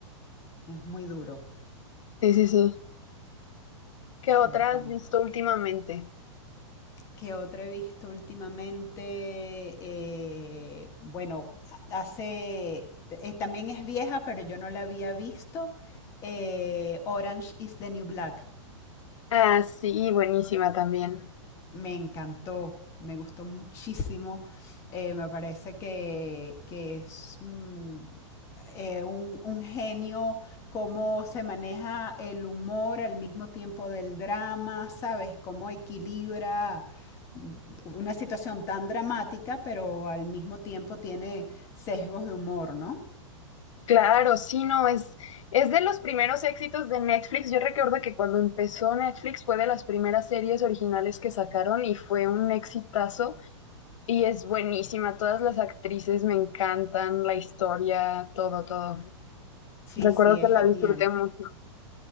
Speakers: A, on the left; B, on the left.
A: Es muy duro,
B: Sí, sí, sí. ¿Qué otra
A: ciertamente.
B: has visto últimamente?
A: que otra he visto últimamente? Eh, bueno, hace. eh, también es vieja, pero yo no la había visto. eh, Orange is the New Black.
B: Ah, sí, buenísima también.
A: Me encantó, me gustó muchísimo. Eh, me parece que, que es mm, eh, un, un genio, cómo se maneja el humor al mismo tiempo del drama, ¿sabes? Cómo equilibra una situación tan dramática, pero al mismo tiempo tiene sesgos de humor, ¿no?
B: Claro, sí, no, es, es de los primeros éxitos de Netflix. Yo recuerdo que cuando empezó Netflix fue de las primeras series originales que sacaron y fue un exitazo y es buenísima. Todas las actrices me encantan, la historia, todo, todo.
A: Sí,
B: Recuerdo
A: sí, es
B: que la
A: genial.
B: disfruté mucho.